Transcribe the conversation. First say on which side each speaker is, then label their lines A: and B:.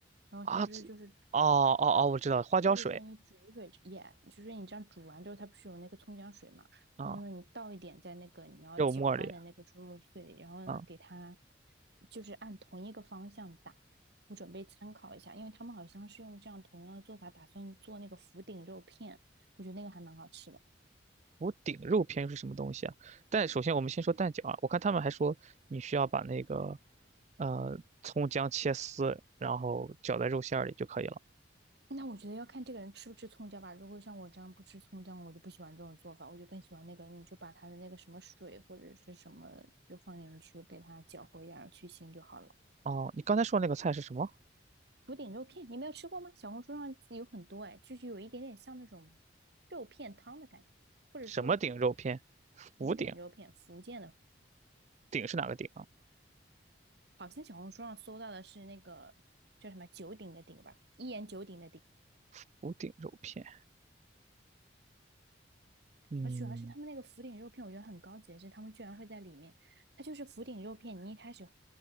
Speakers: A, on the right; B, on the right.
A: 然后它不是就是
B: 啊，这哦哦哦，我知道了，花椒水
A: 就是说你煮水也，就是你这样煮完之后，它不是有那个葱姜水嘛？
B: 啊，
A: 然后呢，你倒一点在那个你要搅拌的那个猪肉碎里，
B: 肉末里
A: 然后呢，
B: 啊。
A: 给它就是按同一个方向打。你准备参考一下，因为他们好像是用这样同样的做法，打算做那个福鼎肉片，我觉得那个还蛮好吃的。
B: 福鼎肉片又是什么东西啊？但首先我们先说蛋饺啊，我看他们还说你需要把那个呃葱姜切丝，然后搅在肉馅儿里就可以了。
A: 那我觉得要看这个人吃不吃葱姜吧。如果像我这样不吃葱姜，我就不喜欢这种做法，我就更喜欢那个，你就把它的那个什么水或者是什么就放进去，给它搅和一下，去腥就好了。
B: 哦，你刚才说那个菜是什么？
A: 福鼎肉片，你没有吃过吗？小红书上有很多哎，就是有一点点像那种肉片汤的感觉，或者说
B: 什么顶肉片？福鼎？
A: 福鼎肉片，福建的，
B: 鼎是哪个鼎啊？
A: 好像小红书上搜到的是那个叫什么九鼎的鼎吧，一言九鼎的鼎。
B: 福鼎肉片？嗯，
A: 而主要是他们那个福鼎肉片，我觉得很高级的是，他们居然会在里面，它就是福鼎肉片，你一开始相